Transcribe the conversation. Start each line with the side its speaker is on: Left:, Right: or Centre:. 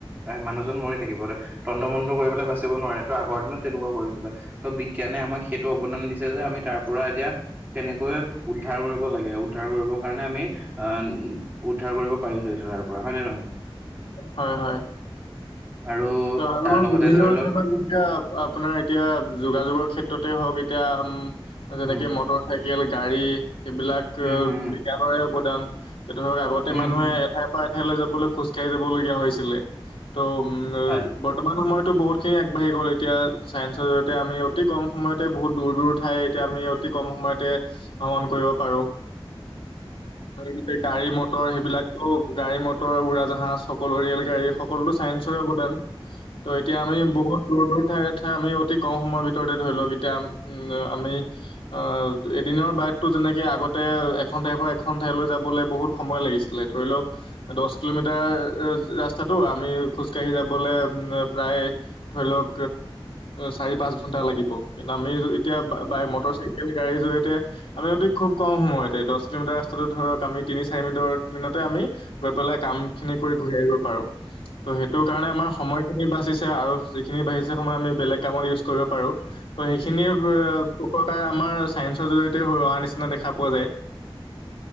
Right: মানুহজন মৰি থাকিব। তন্ত্ৰমন্ত কৰিব পেলাই বাচিব নোৱাৰে ত আগৰ দিনত তেনেকুৱা কৰিছিলে, ত বিজ্ঞানে আমাক সেইটো অৱদান দিছে যে আমি তাৰ পৰা এতিয়া কেনেকৈ উদ্ধাৰ কৰিব লাগে উদ্ধাৰ কৰিব কাৰণে আমি আহ উদ্ধাৰ কৰিব পাৰিছো এতিয়া তাৰ পৰা হয় নে নহয়?
Left: হয় হয়।
Right: আৰু
Left: ত আৰু
Right: তাৰ লগতে
Left: বিভিন্ন
Right: ধৰি লওক
Left: ধৰণৰ আপোনাৰ এতিয়া যোগাযোগৰ ক্ষেত্ৰতে হওক এত এতিয়া উম যেনেকে
Right: উম
Left: মটৰ চাইকেল গাড়ী সেইবিলাক
Right: হম হম
Left: বিজ্ঞানৰে অৱদান এ ধৰক আগতে
Right: হম
Left: মানুহে
Right: হম হম
Left: এঠাইৰ পৰা থেলৈ যাবলৈ খোজ কে যাব লগীয়া হৈছিলে। ত উম
Right: হয়
Left: বৰ্তমান সময়ত ত বহুতখিনি আগবাঢ়ি গ'ল এতিয়া চায়েঞ্চৰ জৰিয়তে আমি অতি কম সময়তে বহুত দূৰ দূৰ ঠাই এতিয়া আমি অতি কম সময়তে ভ্ৰমণ কৰিব পাৰো। গোটেই গাড়ী মটৰ সেইবিলাকটো গাড়ী মটৰ উৰা জা হা চকলো ৰেল গাড়ী সকলোতো চাইেঞ্চৰে অৱদান ত এতিয়া আমি বহুত দূৰ দূৰ ঠাই ঠাই আমি অতি কম সময়ৰ ভিতৰতে ধৰি লওক অতি কম সময়ৰ ভিতৰতে ধৰিলক এতিয়া আমি আ এদিনৰ বাইটতো যেনেকে আগতে এখন ঠাইৰ পৰা এখন ঠাইলৈ যাবলৈ বহুত সময় লাগিছিলে ধৰি লওক দহ কিলোমিটাৰ আ ৰাস্তটো আমি খোজকাঢ়ি যাবলে প্ৰায় ধৰি লক চাৰি পচ ঘন্টা লাগ কিন্তু আমি এতিয়া বাই বাই মটৰ চাইকেল গাড়ীৰ জৰিয়তে আমি অতি খুব কম সময়তে দহ কিলোমিটাৰ ৰাস্তাটো ধৰক আমি তিনি চাৰি মিনিটৰ মিনিতে আমি গৈ পেলাই কাম খিনি কৰি ঘূৰি আহিব পাৰো। ত' সেইটো কাৰণে আমাৰ সময়খিনি বাচ আৰু যিখিনি বাঢ়িছে সময় আমি বেলেগ কামত ইউজ কৰিব পাৰো। ত সেইখিনি উপকাৰ আমাৰ চায়েন্ঞ্চৰ জৰিয়তে হৈ অহা নিচিনা দেখা পোৱা যায়।